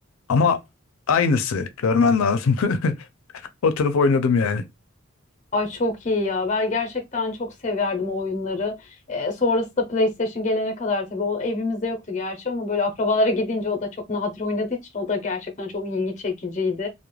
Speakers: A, on the left; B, on the left.
A: ama aynısı görmen lazım. <laughs> Oturup oynadım yani.
B: Ay çok iyi ya. Ben gerçekten çok severdim o oyunları. Ee, sonrası da PlayStation gelene kadar tabii o evimizde yoktu gerçi ama böyle akrabalara gidince o da çok nadir oynadığı için o da gerçekten çok ilgi çekiciydi.